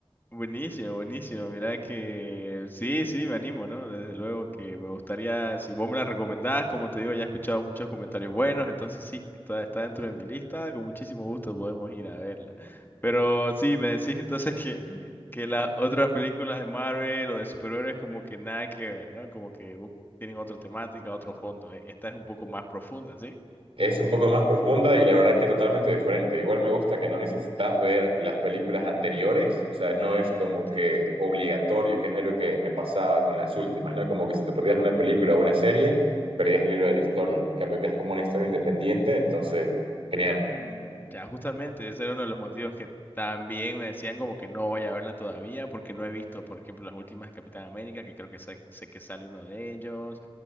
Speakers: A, on the left; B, on the right.
A: Buenísimo, buenísimo. Mira que sí, sí, me animo, ¿no? Desde luego que me gustaría, si vos me la recomendás, como te digo, ya he escuchado muchos comentarios buenos, entonces sí, está, está dentro de mi lista, con muchísimo gusto podemos ir a verla. Pero sí, me decís entonces que, que las otras películas de Marvel o de superhéroes como que nada que ver, ¿no? Como que uh, tienen otra temática, otro fondo. eh, Esta es un poco más profunda, ¿sí?
B: Es un poco más profunda y la verdad que totalmente diferente. Igual me gusta que no necesitas ver las películas anteriores, o sea, no
A: Ah,
B: es como que
A: ya, ya.
B: obligatorio, que es algo que me pasaba con las últimas, ¿no? Como que si te perdías una película o una serie, perdías el libro de la historia. En cambio, que es como una historia independiente, entonces, genial,
A: Mm, Ya, justamente, ese era uno de los motivos que también me decían como que no vaya a verla todavía, porque no he visto, por ejemplo, las últimas de Capitán América, que creo que sé, sé que sale uno de ellos,